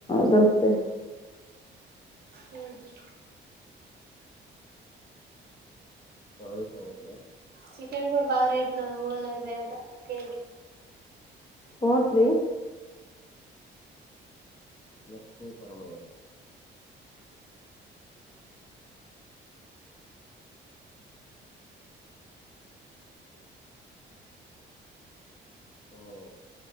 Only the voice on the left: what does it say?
దొరుకుతయ్
చవిసారపో
four three Lakshmi Paramayya సను <unintelligible>